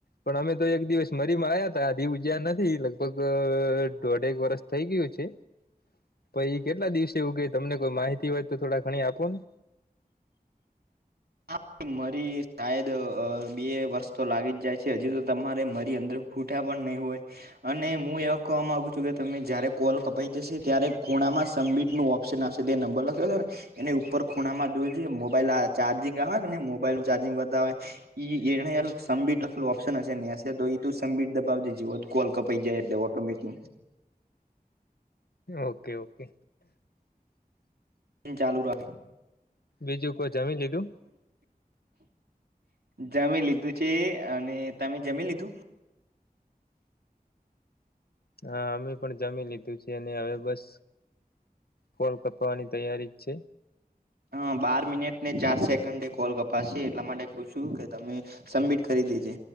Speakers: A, on the left (about 80°); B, on the right (about 80°).
A: પણ અમે તો એક દિવસ મરી મા આવયા હતા ઉજ્યા નથી લગભગ દોઢેક વરષ થઇ ગયું છે.
B: <inaudible>
A: પછી એ કેટલા દિવસ વું કે તમને કોઈ માહિતી હોય તો થોડા ઘણી આપો ને
B: હા મારી સાયદ બે વર્ષ તો લાગી જ જાય છે. હજી તો તમારે મારી અંદર ફૂટા પણ નહી હોય. અને હું એવા કહવા માંગુ છું, કે તમે જયારે કોલ કપાઈ જશે ત્યારે ખૂણામાં સબમિટ ન ભુસી નાખશે તે નંબર લખાવ્યો હતો ને એને ઉપર ખૂણામાં જો મોબાઈલ ચાર્જિંગ આવે કે ને મોબાઈલનું ચાર્જિંગ બાતવે એને સમબીટ લખેલ ઓપ્ન હશે ને હશે તો એ સમીટ દબાવજે કોલ કપાઈ જાય એટલે. કમિટી.
A: ઓકે-ઓકે
B: ઈ ચાલુ કર.
A: બીજું કોઈ જમી લીધું?
B: જમી લીધું છે, અને તમે જમી લીધું?
A: હા અમે પણ જમી લીધું છે, અને હવે બસ કોલ કપવાની તૈયારી છે.
B: હ બાર મિનિટ ને ચાર સેકન્ડે કોલ કપાશે એટલા માટે કૂ છું કે તમે. સબમિટ કરી દેજે.